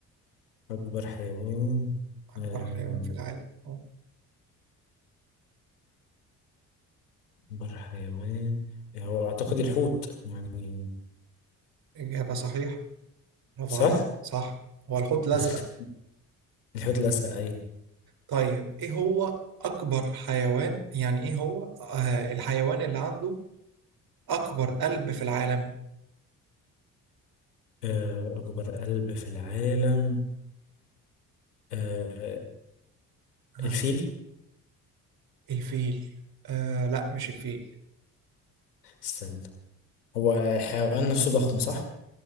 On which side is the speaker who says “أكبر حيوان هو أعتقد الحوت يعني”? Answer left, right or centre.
Left